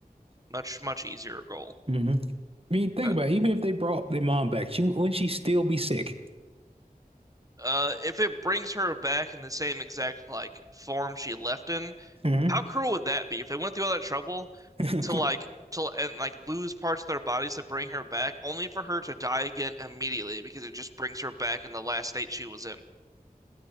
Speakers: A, on the right (about 20°); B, on the right (about 40°).
A: much much easier goal.
B: hmm I mean, think
A: Uh,
B: about it. Even if they brought their mom back, she wouldn't she still be sick?
A: Uh, if it brings her back in the same exact like form she left in,
B: hmm
A: how cruel would that be? If they went through all that trouble
B: <laughs>
A: to like to and like lose parts of their bodies to bring her back, only for her to die again immediately because it just brings her back in the last state she was in.